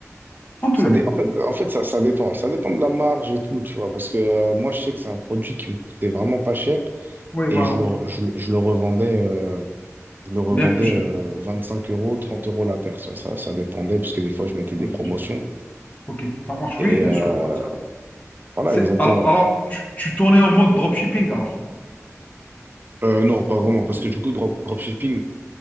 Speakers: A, on the left; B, on the right.
A: En tous
B: Ça
A: les
B: dé-
A: cas.
B: En fait, en fait ça, ça dépend. Ça dépend de la marge et tout, tu vois. Parce que euh, moi, je sais que c'est un produit qui me coûtait vraiment pas cher
A: Oui, voilà.
B: et je le, re- je, le je le revendais, euh, je le revendais
A: Bien plus cher.
B: euh, cinq euros, 30 euros la paire. Ça, ça, ça dépendait parce que des fois, je mettais des
A: Ça marche.
B: promotions.
A: Ok, ça marche,
B: Et
A: oui, bien
B: euh,
A: sûr. pour la tire.
B: voilà,
A: C'est...
B: exactement.
A: Alors, alors tu, tu tournais en mode dropshipping, alors?
B: Euh, non, pas vraiment.
A: Ou-
B: Parce
A: ou-
B: que du coup, drop, dropshipping,